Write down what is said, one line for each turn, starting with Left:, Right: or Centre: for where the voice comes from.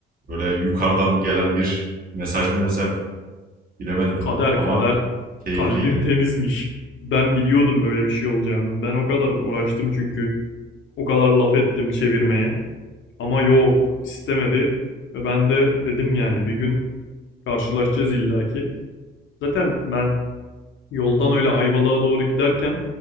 Right: böyle yukarıdan gelen bir mesaj mı desem bilemedim
Left: Kader
Right: ama
Left: kader.
Right: keyifliydi.
Left: Kalbim temizmiş. Ben biliyordum böyle bir şey olacağını. Ben o kadar uğraştım çünkü. O kadar laf ettim çevirmeye. Ama yok istemedi. Ve ben de dedim yani bir gün karşılaşacağız illaki. Zaten ben Yoldan öyle Ayvalık'a doğru giderken